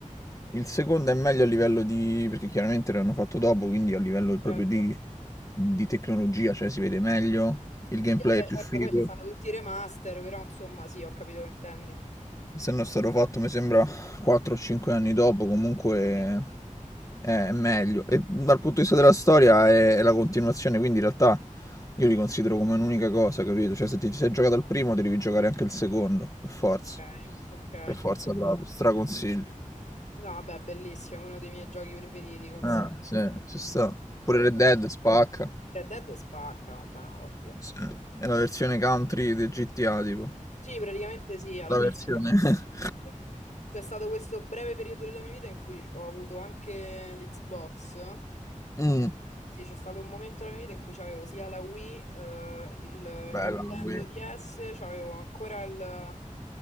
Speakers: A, on the left; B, on the left.
A: il secondo è meglio a livello di... perché chiaramente l'hanno fatto dopo, quindi a livello proprio
B: certo,
A: di, di tecnologia, cioè si vede meglio, il gameplay
B: sì vabbè
A: è più
B: certo,
A: figo.
B: poi ci stanno tutti i remaster, però insomma sì, ho capito che intendi.
A: Essendo stato fatto, mi sembra, 4 o 5 anni dopo, comunque
B: Eh.
A: eh, è meglio. E dal punto di vista della storia è, è la continuazione, quindi in realtà io li considero come un'unica cosa, capito? Cioè se ti sei giocato al primo, devi giocare anche il secondo, per forza.
B: Ok, ok.
A: Per forza, proprio, straconsiglio.
B: No, vabbè, bellissimo, uno dei miei giochi preferiti, considero.
A: Ah, sì,
B: Cioè,
A: ci sta.
B: so-
A: Pure
B: so
A: Red
B: veramente
A: Dead spacca.
B: Red Dead spacca, vabbè, ovvio.
A: Sì. È la versione country del GTA, tipo.
B: Sì, praticamente sì, alla
A: La
B: fine.
A: versione... <laughs>
B: Sì. C'è stato questo breve periodo della mia vita in cui ho avuto anche l'Xbox.
A: Mm,
B: Sì, c'è stato un momento della mia vita in cui c'avevo sia la Wii, eh, il
A: bella
B: Nintendo
A: la Wii.
B: DS, c'avevo ancora il,